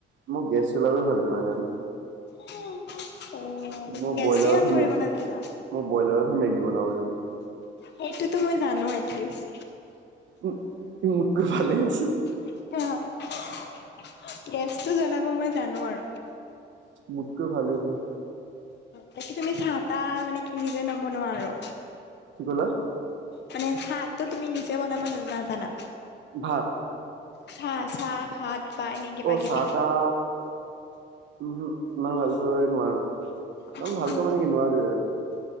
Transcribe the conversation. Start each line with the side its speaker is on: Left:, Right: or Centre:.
Right: মই গেছ চলাবই ভালকে নেজানো।
Left: <unintelligible>
Right: মই
Left: গেছে
Right: ব্ৰইলাৰতহে
Left: অন কৰিব
Right: মেগী
Left: নাজানা?
Right: মই বইলাৰতহে মেগী বনাব জানো।
Left: সেইটোতো মই জানো এটলিষ্ট।
Right: উ, মোতকৈ ভালে আছে।
Left: <unintelligible> গেছটো জ্বলাব মই জানো আৰ।
Right: মোতকৈ ভালেই দিয়া।
Left: বাকী তুমি চাহ -তাহ মানে কি নিজে নবনোৱা আৰু?
Right: কি ক'লা?
Left: মানে চাহটো তুমি নিজে বনাব নাজানা?
Right: ভাত?
Left: চাহ-চাহ ভাত? বা এনে কিবা
Right: অ',
Left: কিবি?
Right: চাহ টাহ উম হুম, ইমান ভালকৈ নোৱাৰো। ইমান
Left: উম,
Right: ভালকৈ মানে কি নোৱাৰোৱে আৰু।